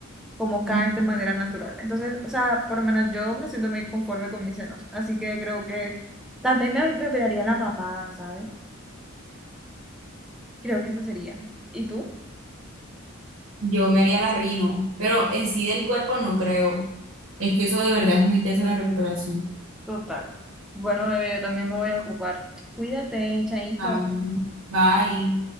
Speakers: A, in the centre; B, on the right.
A: como caen
B: Mm,
A: de manera natural. Entonces, o sea, por lo menos yo me siento muy conforme con mis senos. Así que creo que tal vez me, me operaría la papada, ¿sabes? Creo que esa sería. ¿Y tú?
B: Yo me haría la rino, pero en sí del cuerpo no creo. Es que eso de verdad es muy tesa la recuperación.
A: Total. Bueno, bebé, yo también me voy a ocupar. Cuídate, chaito.
B: Ah, Bye.